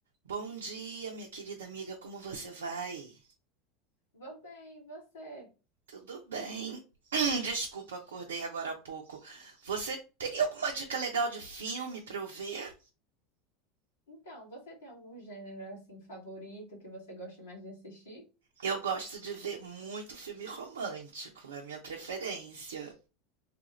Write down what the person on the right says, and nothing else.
Bom dia, minha querida amiga, como você vai?
Tudo bem. <clears throat> Hum, Desculpa, acordei agora há pouco. Você teria alguma dica legal de filme para eu ver?
Eu gosto de ver muito filme romântico, é a minha preferência.